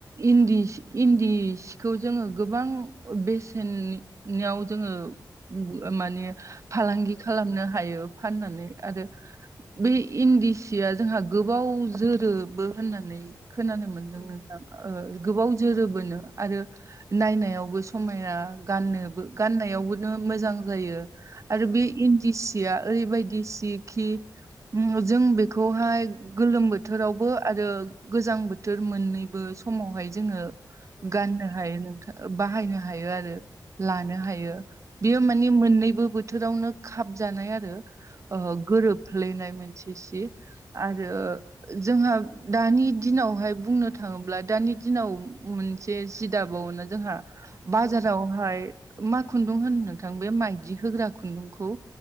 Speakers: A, on the right (about 45°); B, on the left (about 40°).
A: इन्दि सि इन्दि सिखौ जोङो गोबां बेसेननि याव जोङो माने फालांगि
B: नंगौ नंगौ
A: खालामनो हायो फाननानै आरो बे इन्दि सिया जोंहा गोबाव जोरोबो होननानै खोनानो मोनो नोंथां
B: उम उम
A: गोबाव जोरोबोनो आरो नायनायावबो समायना गाननोबो
B: उम
A: गाननायावबोनो मोजां जायो आरो
B: औ
A: बे इन् दिसिया ओरैबायदि सि खि जों बेखौहाय गोलोम बोथोरावबो आरो गोजां बोथोर मोननैबो समावहाय जोङो
B: औ
A: गाननो
B: बाहायनो
A: हायो नोंथां बाहायनो
B: औ
A: हायो आरो लानो हायो बेयो
B: उम
A: मानि मोननैबो बोथोरावनो खाबजानाय आरो
B: औ
A: ओ गोरोफ्लेनाय मोनसे सि
B: उम उम
A: आरो आरो जोंहा दानि दिनावहाय बुंनो थाङोब्ला दानि दिनाव मोनसे जि दाबावोना जोंहा बाजारावहाय
B: औ
A: मा खुन्दुं होनो नोंथां बे माइदि होग्रा खुन्दुंखौ